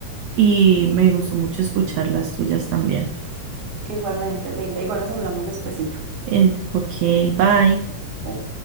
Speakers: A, on the right; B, on the right.
A: y me gustó mucho escuchar las tuyas también.
B: Igualmente, linda. Igual nos hablamos despuesito.
A: Eh, ok, bye.
B: Bye.